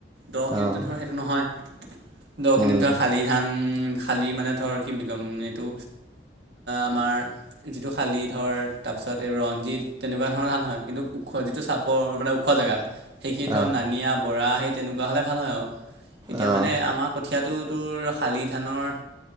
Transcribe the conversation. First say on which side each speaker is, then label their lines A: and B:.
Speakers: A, on the right; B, on the right.
A: দ'খিনিতটো
B: অ',
A: ধৰ সেইটো নহয় দ'খিনিত
B: উম,
A: ধৰ শালি ধান খালী মানে ধৰ কি বুলি ক'ম এইটো আমাৰ যিটো শালি ধৰ তাৰপিছত এই ৰঞ্জিত তেনেকুৱা ধৰণৰ ধান হয় কিন্তু ওখ যিটো চাপৰ ওপৰ মানে ওখ জেগা সেইখিনি ধৰ
B: অ',
A: নানিয়া বৰা সেই তেনেকুৱা হ'লে ভাল হয় আৰু এতিয়া
B: অ',
A: মানে আমাক কঠীয়াটো তোৰ শালি ধানৰ